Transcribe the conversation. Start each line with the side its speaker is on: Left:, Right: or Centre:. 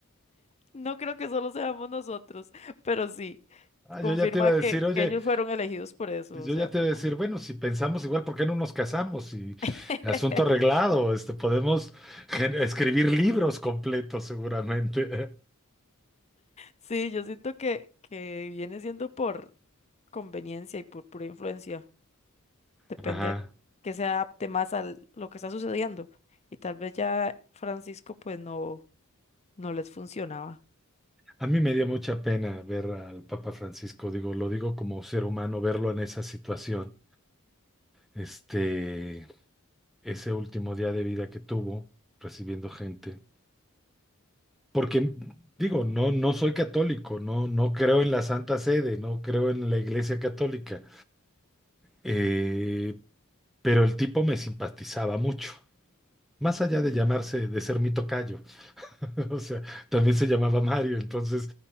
Left: No creo que solo seamos nosotros, pero sí,
Centre: Ah,
Left: confirma
Centre: yo ya te iba a
Left: que,
Centre: decir, oye,
Left: que ellos fueron elegidos por eso,
Centre: Pues,
Left: o
Centre: Yo
Left: sea,
Centre: ya
Left: por
Centre: te voy a
Left: conveniencia.
Centre: decir, bueno, si pensamos igual, ¿por qué no nos casamos? Y
Left: <laughs>
Centre: asunto arreglado, este, podemos gen- escribir libros completos seguramente.
Left: Sí, yo siento que, que viene siendo por conveniencia y por pura influencia. Depende
Centre: <laughs> Ajá.
Left: a que se adapte más a lo que está sucediendo. Y tal vez ya Francisco pues no, no les funcionaba.
Centre: A mí me dio mucha pena ver al Papa Francisco, digo, lo digo como ser humano, verlo en esa situación. Este, ese último día de vida que tuvo, recibiendo gente. Porque,
Left: Ujú.
Centre: digo, no, no soy católico, no, no creo en la Santa Sede, no creo en la Iglesia Católica. Eh, pero el tipo me simpatizaba mucho. Más allá de llamarse, de ser mi tocayo, <laughs> o sea, también se llamaba Mario, entonces,